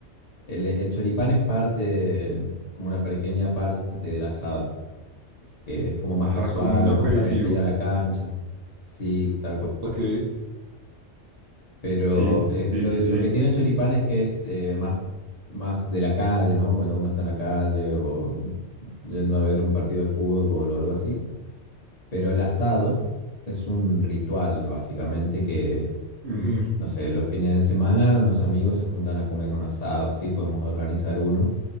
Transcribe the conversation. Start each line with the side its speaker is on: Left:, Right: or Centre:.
Left: El, el choripán es parte, como una pequeña parte del asado, que es como más
Right: Ajá,
Left: casual
Right: como un aperitivo.
Left: o más para ir a la cancha. Sí, tal cual.
Right: Ok.
Left: Pero
Right: Sí,
Left: eh,
Right: sí,
Left: lo,
Right: sí,
Left: lo
Right: sí.
Left: que tiene Choripán es que es eh, más, más de la calle, ¿no? Cuando uno está en la calle o yendo a ver un partido de fútbol o algo así. Pero el asado es un ritual, básicamente, que,
Right: Ujú.
Left: no sé, los fines de semana unos amigos se juntan a comer un asado, ¿sí? Podemos organizar uno.